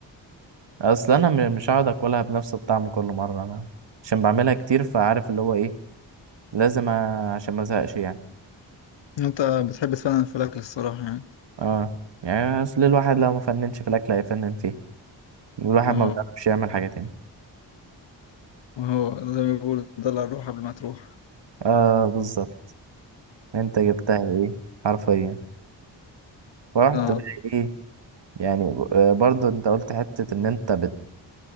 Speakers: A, on the right (about 65°); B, on the left (about 70°).
A: اصل انا م- مش هقعد اكلها بنفس الطعم كل مرة انا عشان بعملها كتير فعارف اللي هو ايه لازم أ- عشان ما ازهقش يعني
B: انت بتحب تفنن في الاكل الصراحه يعني
A: اه يعني اصل الواحد لو ما فننش في الاكل هيفنن فيه والواحد
B: اه
A: ما بيعرفش يعمل حاجه تاني
B: وهو زي ما بيقولوا دلع الروح قبل ما تروح
A: اه بالظبط انت جبتها ايه حرفيا فرحت
B: اه
A: بقى ايه يعني آه، برضو انت قلت حته ان انت بت